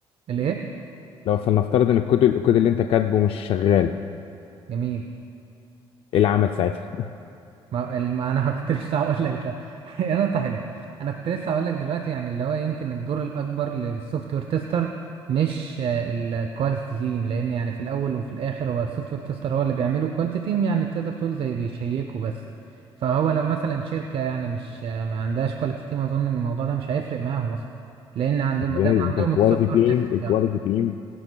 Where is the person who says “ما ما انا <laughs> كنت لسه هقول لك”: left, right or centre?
Right